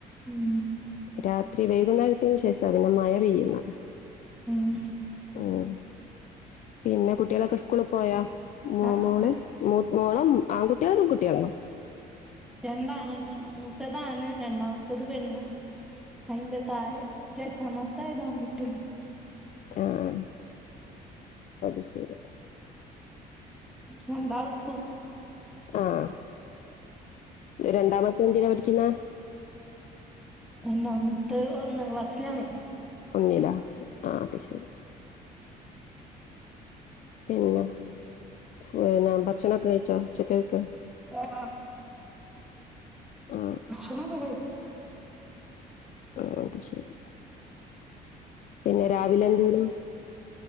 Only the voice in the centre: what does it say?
ഉം
ഉം
ആഹ്
രണ്ടാണ് ഒരു പെണ്ണ് മൂത്തതാണ് രണ്ടാമത്തത് പെണ്ണ് അയിന്റെ തായെ എട്ടാം മാസായതാണ് ആൺകുട്ടി
രണ്ടാള് സ്കൂ
ഒന്നാമത്തെ ഒന്നാം ക്ലാസ്സിലാണെ
ആഹ്
ഭക്ഷണൊക്കെ കഴി